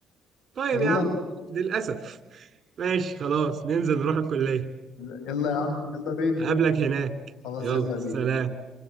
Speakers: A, on the right; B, on the left.
A: طيب
B: يلا
A: يا عم للاسف ماشي خلاص ننزل نروح الكليه
B: يلا يا عم يلا بينا
A: اقابلك هناك
B: خلاص
A: يلا
B: يلا بينا
A: سلام